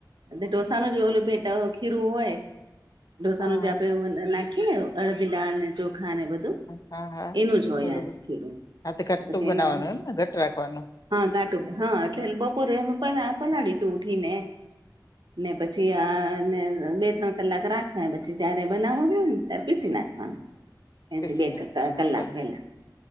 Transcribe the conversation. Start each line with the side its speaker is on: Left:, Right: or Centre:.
Right: અને ઢોસાનું જ ઓલું બેટા ખીરું હોય ઢોસાનું
Left: હા
Right: જ આપે નાખી ને અળદી દાળ ને ચોખા ને બધું
Left: હા હા
Right: એનું જ હોય
Left: બરોબર
Right: આ. ખીરું
Left: હા તો ઘટું
Right: પછી
Left: બનાવાનું
Right: એના
Left: એમને ઘટ રાખવાનું.
Right: હા ઘાટું હા એટલે બપોરે પલા પલાડયુ તું ઉઠી ને ને પછી અ આને બે ત્રણ કલાક રાખવા પછી જયારે બનાવા નુ હોય ને ત્યારે પીસી નાખવાનું
Left: પીસી
Right: એ બે
Left: નાખવાનું
Right: કલાક
Left: હા બરોબર
Right: પેલા.